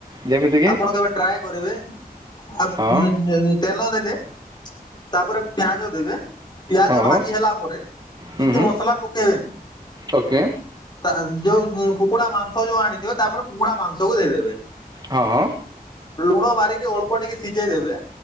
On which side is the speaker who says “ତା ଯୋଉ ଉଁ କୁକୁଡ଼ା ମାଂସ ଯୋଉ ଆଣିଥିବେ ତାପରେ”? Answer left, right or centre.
Left